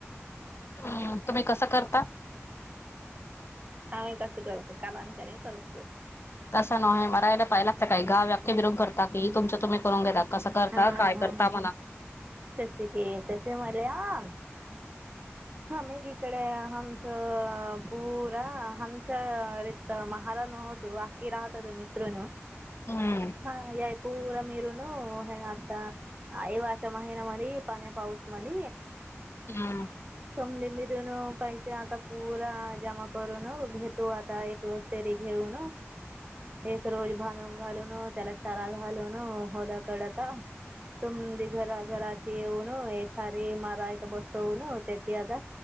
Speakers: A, on the left (about 60°); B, on the right (about 35°).
A: ह तुम्ही कसं करता.
B: हा मी कस करतो <unintelligible> काच्या करतो
A: तसा न आहे मरायला पाहायलागतं काय गाव्याप्या <unintelligible> बिरून करत. तकी तुमच तुम्हीू पाहून घेता. कसं करता
B: अ हम्म
A: काय
B: हम्म
A: करता
B: <unintelligible>
A: म्हणा
B: ह सश क स मल आम हा मेग इकडे हमच पूरा हमचरत महाला न होतो आखकी राहत त मिसरून <unintelligible>
A: हम्म
B: हा याय पूरम मीरन हे आता अ <unintelligible> वाच महिन मरी पाने पाऊस मध
A: हम्म.
B: तुमीनी मिरून पैसे आता पुूरा जमा करून घेतो आता एक सेरी घेऊन एक रोज बांधून घालून त्याला चारा घालून होल्याकडता तुमदी घरा घराची येऊन एखारी मारा इथ बसवून ते. ते आता